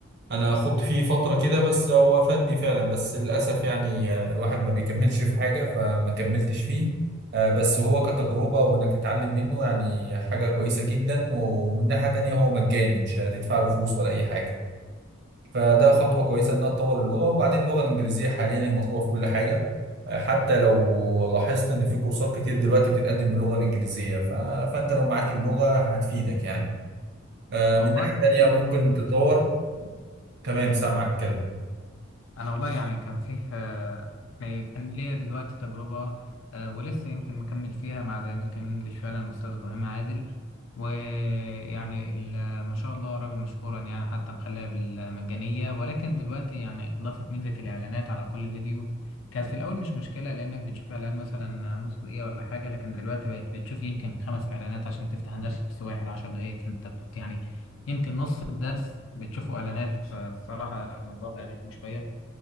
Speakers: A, on the right (about 55°); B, on the left (about 65°).
A: انا خدت فيه فترة كده بس هو افادني فعلا بس للاسف يعني آه، الواحد ما بيكملش في حاجة فما كملتش فيه آه، بس هو كتجربة وانك تتعلم منه يعني حاجة كويسة جدا و- ومن ناحية تانية هو مجاني مش هتدفع له فلوس ولا اي حاجة فده خطوة كويسة انها تطور اللغة وبعدين اللغة الانجليزية حاليا هي مطلوبة في كل حاجة آه، حتى لو لاحظت ان في كورسات كتير دلوقتي بتتقدم باللغة الانجليزية ف... فانت لو معاك اللغة هتفيدك يعني آه،
B: والله
A: من ناحية تانية
B: يعني
A: ممكن
B: انا برضو
A: تطور تمام سامعك اتكلم
B: انا والله يعني كان فيه آه، يعني كان ليا دلوقتي تجربه آه، ولسه يمكن مكمل فيها مع ذا امريكان انجلش فعلا استاذ ابراهيم عادل ويعني ال- ما شاء الله راجل مشكورا يعني حتى مخليها بالمجانيه ولكن دلوقتي يعني اضافت ميزه الاعلانات على كل فيديو كانت في الاول مش مشكله لانك بتشوف اعلان مثلا نص دقيقه ولا حاجه لكن دلوقتي بقت بتشوف يمكن خمس اعلانات عشان تفتح درس واحد عشر دقائق فانت بت- يعني يمكن نص الدرس بتشوفوا اعلانات فالصراحه الموضوع بقى رخم شويه